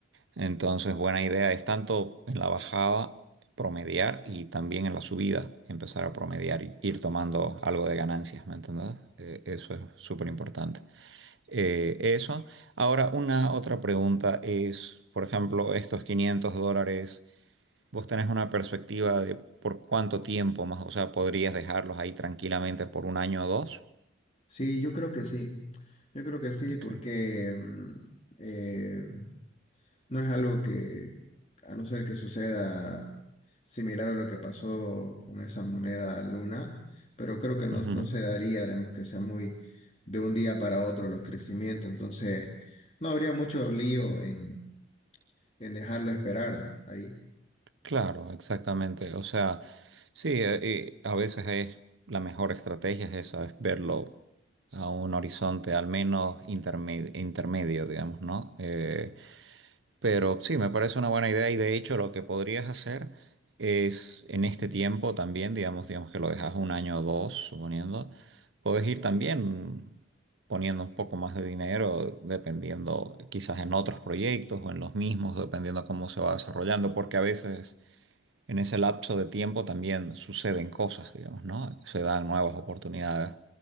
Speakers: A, on the right; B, on the left.
A: Entonces, buena idea es tanto en la bajada promediar y también en la subida empezar a promediar y ir tomando algo de ganancias, ¿me entendés? Eh, eso es súper importante. Eh, eso. Ahora, una otra pregunta es, por ejemplo, estos 500 dólares, ¿vos tenés una perspectiva de por cuánto tiempo más? O sea, ¿podrías dejarlos ahí tranquilamente por un año o dos?
B: Sí, yo creo que sí, yo creo que sí,
A: Ok.
B: porque mm, eh, No es algo que, a no ser que suceda similar a lo que pasó con esa moneda luna, pero creo que no,
A: Ujú.
B: no se daría, digamos, que sea muy de un día para otro los crecimientos. Entonces, no habría mucho lío en, en dejarlo esperar, ¿no? Ahí.
A: Claro, exactamente. O sea, sí, eh, y a veces es la mejor estrategia es esa, es verlo a un horizonte al menos interme- intermedio, digamos, ¿no? Eh, pero sí, me parece una buena idea y de hecho lo que podrías hacer es en este tiempo también, digamos, digamos que lo dejas un año o dos, suponiendo, puedes ir también poniendo un poco más de dinero, dependiendo quizás en otros proyectos o en los mismos, dependiendo cómo se va desarrollando, porque a veces en ese lapso de tiempo también suceden cosas, digamos, ¿no? Se dan nuevas oportunidades.